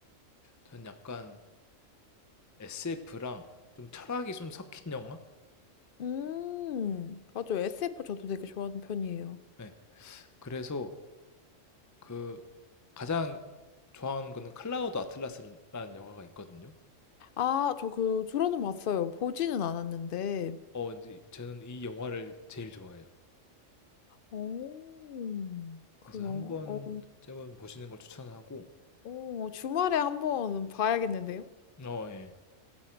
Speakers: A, on the left; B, on the left.
A: 전 약간 SF랑 좀 철학이 좀 섞인 영화?
B: 음, 맞아요. SF 저도 되게 좋아하는 편이에요.
A: 네. 그래서 그 가장 좋아하는 거는 클라우드 아틀라스라는 영화가 있거든요.
B: 아, 저 그, 들어는 봤어요. 보지는 않았는데.
A: 어, 이제 저는 이 영화를 제일 좋아해요.
B: 오, 그
A: 그래서
B: 영화,
A: 한 번쯤은
B: 어.
A: 보시는 걸 추천하고,
B: 오, 주말에 한번 봐야겠는데요?
A: 어, 예.